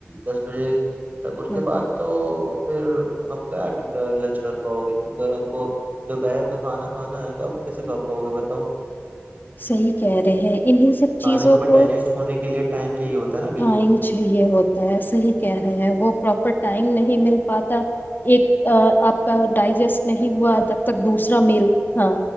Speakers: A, on the right; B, on the left.
A: دس ا <unintelligible> تک اس
B: ہاں
A: کے بعد
B: ہاں
A: تو پھر آپ کیا لنچ کر پاؤ گے اگر آپ کو دوپہر کا کھانا کھانا ہے تو آپ کیسے کھا پاؤ گے بتاؤ
B: صحی کہہ رہے ہیں انہیں سب
A: کھانے
B: چیزوں
A: ڈائجسٹ
B: کو
A: ہونے کے لیے ٹائم چاہیے ہوتا ہے نا بیچ
B: ٹائم
A: میں
B: چاہیے ہوتا ہے صحیح کہہ رہے ہیں وہ پراپر ٹائم نہیں مل پاتا ایک آپ کا ڈائجسٹ نہیں ہوا تب تک دوسرا میل ہاں